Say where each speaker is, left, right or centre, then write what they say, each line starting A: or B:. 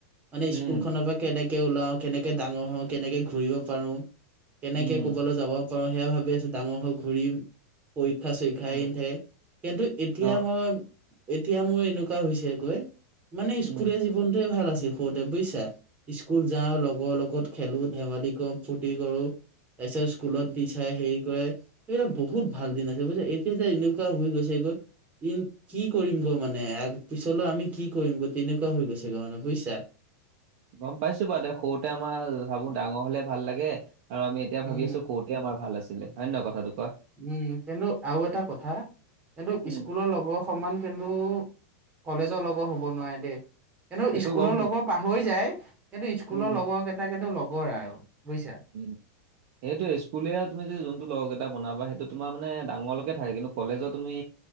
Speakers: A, on the right; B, on the right.
A: মানে
B: উম,
A: স্কুলখনৰ পৰা কেনেকে ওলাও, কেনেকে ডাঙৰ হওঁ, কেনেকে ঘূৰিব পাৰোঁ। কেনেকে
B: উম,
A: ক'বালৈ যাব পাৰো সেয়া ভাবি আছো। ডাঙৰ হৈ ঘূৰিম। পৰীক্ষা চৰীক্ষা
B: অ',
A: এই নাথাকে। কিন্তু এতিয়া
B: অ',
A: মই এতিয়া মোৰ এনেকুৱা হৈছে গৈ মানে
B: উম,
A: স্কুলীয়া জীৱনটোৱে ভাল আছি সৰুতে বুইছা স্কুল যাওঁ লগৰ লগত খেলো ধেমালি কৰো ফূৰ্তি কৰো। তাৰপিছত স্কুলত
B: উম।
A: টিচাৰে হেৰি কৰে। এইবিলাক বহুত ভাল দিন আছে বুজিছা এতিয়া যে এনেকুৱা হৈ গৈছে গৈ ই কি কৰিম গ মানে পিছলৈ আমি কি কৰিম গ তেনেকুৱা হৈ গৈছে গৈ মানে বুজিছা?
B: গম পাইছো বাৰু দে সৰুতে আমাৰ ভাবো ডাঙৰ হলে ভাল লাগে। আৰু আমি এতিয়া
A: উম
B: ভাবি আছো কওঁতে আমাৰ ভাল আছিলে হয় নহয় কথাটো কোৱা
A: উম কিন্তু আৰু এটা কথা কিন্তু
B: উম
A: ইস্কুলৰ লগৰ সমান কিন্তু কলেজৰ লগত হ'ব নোৱাৰে দেই। কিন্তু
B: সেইটো
A: ইস্কুলৰ
B: গম
A: লগৰ পাহৰি যায় কিন্তু ইস্কুলৰ
B: উম
A: লগৰ কেইটা কিন্তু লগৰ আৰু। বুজিছা
B: উম সেইটো ইস্কুলীয়া তুমি যে যোনটো লগৰ টা বনাবা সেইটো তোমাৰ মানে ডাঙৰলৈকে থাকে কিন্তু কলেজত তুমি